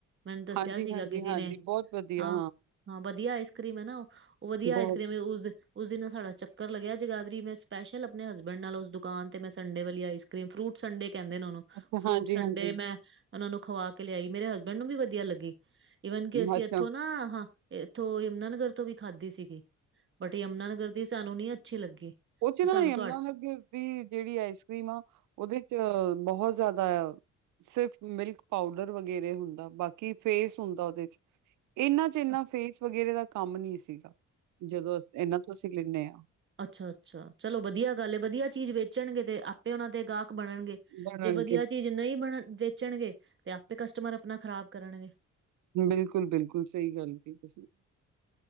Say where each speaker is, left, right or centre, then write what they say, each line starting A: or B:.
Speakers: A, on the right (about 40°); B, on the right (about 75°).
A: ਮੈਨੂੰ ਦੱਸਿਆ
B: ਹਾਂਜੀ,
A: ਸੀਗਾ
B: ਹਾਂਜੀ,
A: ਕਿਸੇ
B: ਹਾਂਜੀ,
A: ਨੇ
B: ਬਹੁਤ ਵਧੀਆ,
A: ਹਾਂ ਹਾਂ ਵਧੀਆ ਆਈਸ ਕਰ੍ਰੀਮ ਐ ਨਾ ਓ ਵਧੀਆ
B: ਬਹੁਤ
A: ਆਈਸ ਕਰ੍ਰੀਮ ਉਸ ਉਸ ਦਿਨ ਸਾਡਾ ਚੱਕਰ ਲਗਿਆ ਜਗਾਦਰੀ ਮੈਂ ਸਪੈਸ਼ਲ ਆਪਣੇ ਹਸਬੈਂਡ ਨਾਲ ਉਸ ਦੁਕਾਨ ਤੇ ਮੈਂ ਸੰਡੇ ਵਾਲੀ ਆਈਸ ਫਰੂਟਸ ਸੰਡੇ ਕਹਿੰਦੇ ਨੇ ਓਨੂੰ।
B: ਅੱਛਾ,
A: ਫਰੂਟ
B: ਹਾਂਜੀ-ਹਾਂਜੀ,
A: ਸੰਡੇ ਮੈਂ ਓਨਾਂ ਨੂੰ ਖਵਾ ਕੇ ਲਿਆਈ ਮੇਰੇ ਹਸਬੈਂਡ ਨੂੰ ਵੀ ਵਧੀਆ ਲੱਗੀ। ਈਵਨ ਕਿ ਅਸੀਂ
B: ਅੱਛਾ,
A: ਇੱਥੋਂ ਨਾ ਹਾਂ ਇੱਥੋਂ ਯਮਨਾ ਨਗਰ ਤੋਂ ਵੀ ਖਾਧੀ ਸੀਗੀ ਬਟ ਯਮਨਾ ਨਗਰ ਵੀ ਸਾਨੂੰ ਨੀ ਅੱਛੀ ਲੱਗੀ।
B: ਓਚੇ
A: ਪਰ
B: ਨਾਲੋ
A: ਸਾਨੂੰ
B: ਯਮਨਾ ਨਗਰ ਦੀ ਜੇੜੀ ਆਈਸ ਕਰ੍ਰੀਮ ਆ ਓਦੇ ਚ ਬਹੁਤ ਜ਼ਿਆਦਾ ਸਿਰਫ ਮਿਲਕ ਪਾਊਡਰ ਵਗੈਰੇ ਹੁੰਦਾ ਬਾਕੀ ਫੇਸ ਹੁੰਦਾ ਓਦੇ ਚ ਇਨਾਂ ਚ ਇਨਾ
A: ਤੁਹਾਡ
B: ਫੇਸ ਵਗੈਰੇ ਦਾ ਕੰਮ ਨੀ ਸੀਗਾ ਜਦੋਂ ਅ ਇਨਾਂ ਤੋਂ ਅਸੀਂ ਲੈਂਣੇ ਆ
A: ਅੱਛਾ, ਅੱਛਾ ਚਲੋ ਵਧੀਆ ਗੱਲ ਵਧੀਆ ਚੀਜ਼ ਵੇਚਣਗੇ ਤੇ ਆਪੇ ਉਹਨਾਂ ਦੇ ਗਾਹਕ ਬਣਨਗੇ
B: ਬਣਨ
A: ਜੇ ਵਧੀਆ
B: ਕੇ,
A: ਚੀਜ਼ ਜੇ ਨਹੀਂ ਬਣ ਵੇਚਣਗੇ ਤੇ ਆਪੇ ਕਸਟਮਰ ਆਪਣਾ ਖ਼ਰਾਬ ਕਰਨਗੇ
B: ਬਿਲਕੁਲ ਬਿਲਕੁਲ ਸਈ ਗੱਲ ਕਈ ਤੁਸੀਂ